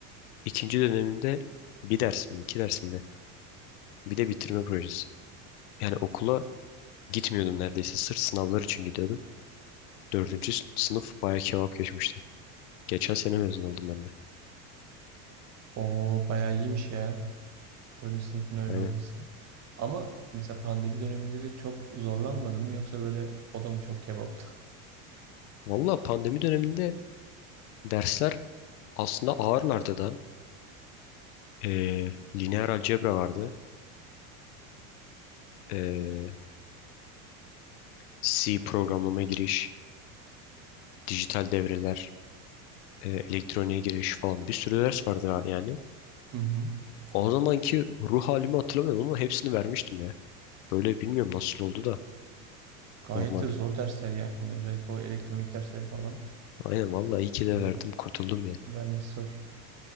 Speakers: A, on the left; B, on the right.
A: ikinci dönemimde bir ders mi? iki ders mi ne? Bir de bitirme projesi. Yani okula gitmiyordum neredeyse. Sırf sınavlar için gidiyordum. Dördüncü sınıf bayağı kebap geçmişti. Geçen sene mezun oldum ben de.
B: O bayağı iyiymiş ya. Dördüncü sınıfın öyle
A: Aynen.
B: olması. Ama mesela pandemi döneminde de çok zorlanmadı mı yoksa böyle o da mı çok kebaptı?
A: Valla pandemi döneminde dersler aslında ağırlardı da. Ee, lineer algebra vardı. Ee, C programlama giriş, dijital devreler, e, elektroniğe giriş falan bir sürü ders vardı ha- yani.
B: Hı hı.
A: O zamanki ruh halimi hatırlamıyorum ama hepsini vermiştim ya. Böyle bilmiyorum nasıl oldu da
B: Gayet
A: normalde.
B: de zor dersler yani. Özellikle o elektronik dersleri falan
A: Aynen vallahi iyi ki de
B: v-
A: verdim kurtuldum ya.
B: vermesi zor.